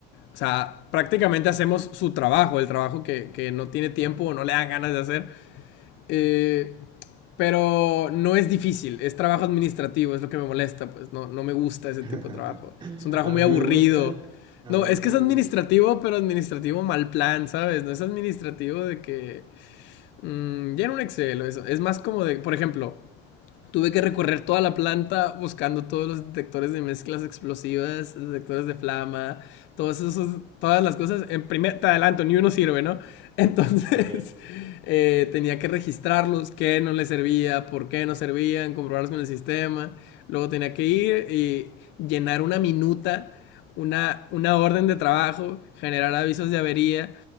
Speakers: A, on the left (about 65°); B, on the right (about 25°).
A: O sea, prácticamente hacemos su trabajo, el trabajo que, que no tiene tiempo o no le dan ganas de hacer. Eh, pero no es difícil, es trabajo administrativo, es lo que me molesta, pues no, no me gusta
B: <laughs>
A: ese tipo de trabajo. Es un trabajo
B: A
A: muy
B: mí
A: aburrido.
B: me gusta, a
A: No,
B: mí
A: es
B: sí
A: que
B: me
A: es administrativo,
B: gusta.
A: pero administrativo mal plan, ¿sabes? No es administrativo de que mm, llena un Excel o eso. Es más como de, por ejemplo, Tuve que recorrer toda la planta buscando todos los detectores de mezclas explosivas, detectores de flama, todos esos, todas las cosas. En primer, te adelanto, ni uno sirve, ¿no? <laughs> Entonces
B: Ok.
A: eh, tenía que registrarlos, qué no les servía, por qué no servían, comprobarlos con el sistema. Luego tenía que ir y llenar una minuta, una, una orden de trabajo, generar avisos de avería